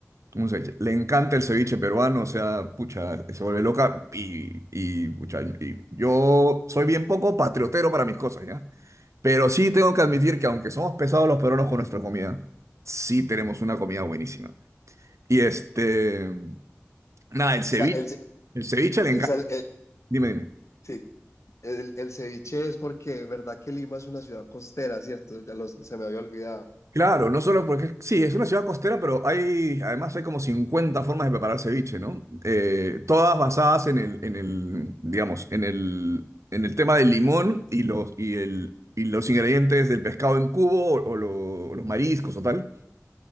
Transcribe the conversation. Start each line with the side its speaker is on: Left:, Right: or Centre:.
Right: Un ceviche. Le encanta el ceviche peruano, o sea, pucha, se vuelve loca y, y, pucha, y yo soy bien poco patriotero para mis cosas, ¿ya? Pero sí tengo que admitir que aunque somos pesados los peruanos con nuestra comida, sí tenemos una comida buenísima. Y este, nada, el ceviche,
Left: sea, el, ce-
Right: el ceviche le encanta.
Left: o sea, el- el-
Right: Dime, dime.
Left: sí, el, el ceviche es porque, ¿verdad que Lima es una ciudad costera, cierto? Ya los- se me había olvidado.
Right: Claro, no solo porque sí, es una ciudad costera, pero hay, además hay como 50 formas de preparar ceviche, ¿no? Eh, todas basadas en el, en el, digamos, en el, en el tema del limón y los, y el, y los ingredientes del pescado en cubo o, o lo- los mariscos o tal